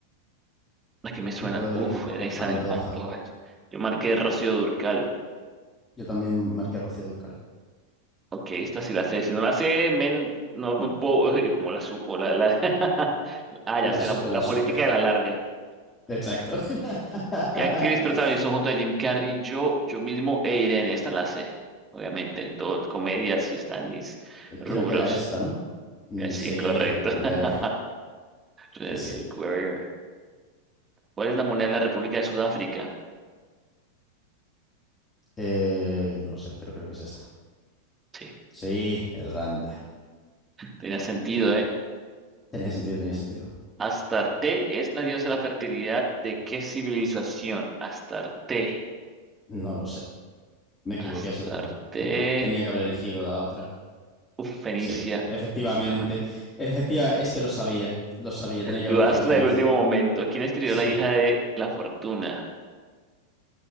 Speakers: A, on the right; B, on the left.
A: La que me suena.
B: Me puedo haber
A: Uf,
B: aquí
A: era Isabel
B: Pantoja.
A: Pantoja. Yo marqué Rocío Durcal.
B: Yo también marqué Rocío Durcal.
A: Ok, esta sí la sé. Si no la sé, men, no me puedo, <laughs> como la supo, la, la... <laughs> Ah,
B: La
A: ya sé,
B: supe,
A: la, po-
B: la
A: la
B: supe.
A: política de la larga.
B: Exacto. <laughs>
A: ¿Qué actriz protagonizó junto a Jim Carrey, yo, yo mismo e Irene? Esta la sé, obviamente, todo comedia, sí están mis
B: Eh,
A: rubros.
B: Creo que era esta, ¿no? Mm,
A: Eh, Sí,
B: sí,
A: correcto.
B: Red Dead
A: <laughs>
B: Lever.
A: Es
B: Sí, sí.
A: el Warrior. ¿Cuál es la moneda de la República de Sudáfrica?
B: Eh, no sé, pero creo que es esta.
A: Sí,
B: Sí, el Randa.
A: tenía sentido, ¿eh?
B: Tenía sentido, tenía sentido.
A: Astarte es la diosa de la fertilidad de qué civilización? Astarte.
B: No lo sé. Me equivoqué
A: Astarte.
B: seguro. Tenía que haber elegido la otra.
A: Uf, Fenicia.
B: Sí, efectivamente.
A: Ah,
B: Efectiva, es que lo sabía. Lo sabía, tenía que
A: Dudaste
B: haber elegido Fenicia.
A: en el último momento. ¿Quién escribió
B: Sí,
A: La hija de la fortuna?